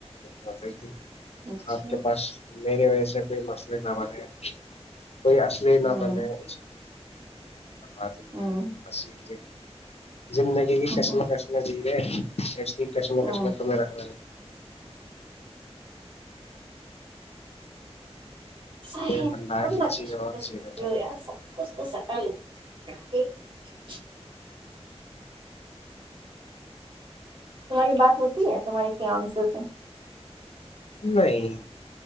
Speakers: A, on the left; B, on the right.
A: بت کی
B: اچھا
A: آپ کے پاس میری وجہ سے کوئی مسلے نہ بنےے کوئی آ پ
B: ہوں
A: نہ بنے ہے آ تو
B: ہوں
A: بیک ہے زندگی کی
B: ہوں
A: قسم قشم جی س ھسمشم
B: ہوں
A: تو رکھ
B: سد
A: فنڈا ہے کہ جیو
B: کش
A: اور
B: کشمی
A: جینے
B: ج
A: دو
B: ہو یار سب کچھ تو سٹالو <unintelligible> تمہاری بات ہوتی ہے تمہاری فن سے سے
A: نہیں